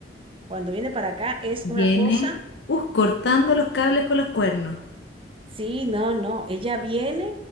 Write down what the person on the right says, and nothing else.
cuando viene para acá es
una cosa,
sí, no, no, ella viene